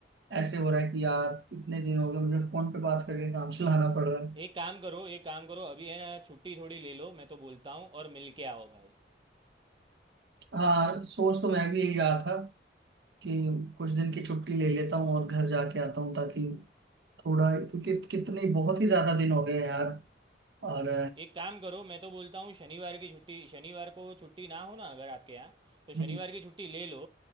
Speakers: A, on the right; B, on the right.
A: ऐसे हो रहा है कि यार इतने दिन हो गए मुझे फोन पे बात करके काम चलाना पड़ रहा है
B: एक काम करो एक काम करो अभी है ना छुट्टी थोड़ी ले लो मैं तो बोलता हूँ और मिल के आओ भाई
A: हाँ सोच तो मैं भी यही रहा था कि कुछ दिन की
B: हाँ।
A: छुट्टी ले लेता हूँ और घर जाके आता हूँ ताकि थोड़ा क्योंकि कितने बहुत ही ज्यादा दिन हो गए हैं यार और
B: एक काम करो मैं तो बोलता हूँ शनिवार की छुट्टी शनिवार को छुट्टी ना हो ना अगर आपके यहाँ तो
A: अ,
B: शनिवार की छुट्टी ले लो